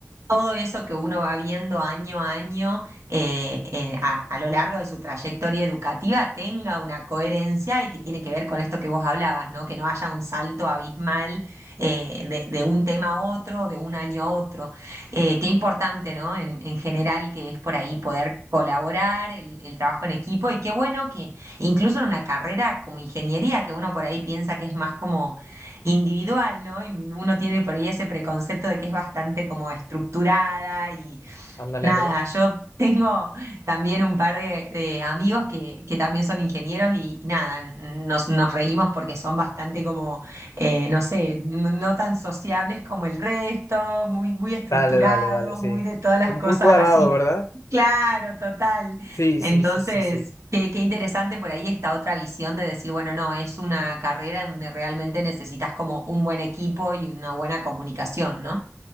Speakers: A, on the right; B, on the left.
A: todo eso que uno va viendo año a año eh, eh, a, a lo largo de su trayectoria educativa tenga una coherencia y que tiene que ver con esto que vos hablabas, ¿no? Que no haya un salto abismal eh, de, de un tema a otro, de un año a otro. Eh, qué importante, ¿no? En, en general que es por ahí poder colaborar, el, el trabajo en equipo y qué bueno que incluso en una carrera como ingeniería, que uno por ahí piensa que es más como individual, ¿no? Y uno tiene por ahí ese preconcepto de que es bastante como estructurada y
B: Ándale,
A: Nada,
B: ándale.
A: yo tengo también un par de, de amigos que, que también son ingenieros y nada, nos, nos reímos porque son bastante como, eh, no sé, no, no tan sociables como el resto, muy, muy estructurados,
B: Dale, dale, dale, sí.
A: muy de todas las
B: Muy
A: cosas
B: cuadrado,
A: así.
B: ¿verdad?
A: Claro, total.
B: Sí,
A: Entonces,
B: sí, sí, sí, sí.
A: qué, qué interesante por ahí esta otra visión de decir, bueno, no, es una carrera en donde realmente necesitas como un buen equipo y una buena comunicación, ¿no?